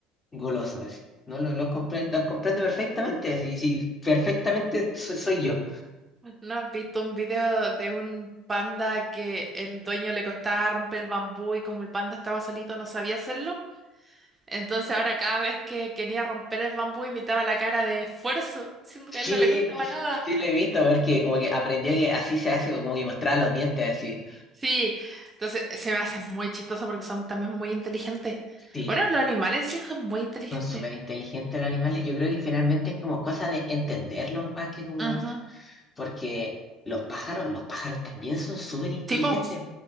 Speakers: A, on the left; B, on the right.
A: goloso. así. No, lo, lo comprendo, lo comprendo perfectamente, sí, sí, perfectamente so- soy yo.
B: ¿No has visto un video de un panda que el dueño le costaba romper el bambú y como el panda estaba solito no sabía hacerlo? Entonces ahora cada vez que quería romper el bambú imitaba la cara de esfuerzo, <laughs> siendo
A: Sí,
B: que a él no le costaba nada.
A: Sí, lo he visto porque como que aprendió que así se hace, como que mostraba los dientes así.
B: Sí, entonces se me hace muy chistoso porque son también muy inteligentes.
A: Sí,
B: Bueno, los animales en sí son muy inteligentes.
A: son súper inteligentes los animales. Yo creo que finalmente es como cosa de entenderlos más que como...
B: Ujú.
A: Porque los pájaros, los pájaros también son súper inteligentes.
B: Tipo,